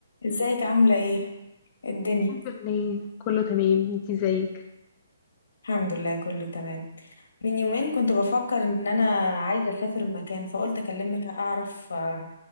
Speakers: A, on the left; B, on the left.
A: ازيك عاملة ايه إيه الدنيا
B: الحمد لله كله تمام انتي ازيك
A: الحمد لله كله تمام من يومين كنت بفكر ان انا عايزة اسافر مكان فقلت اكلمك اعرف آه،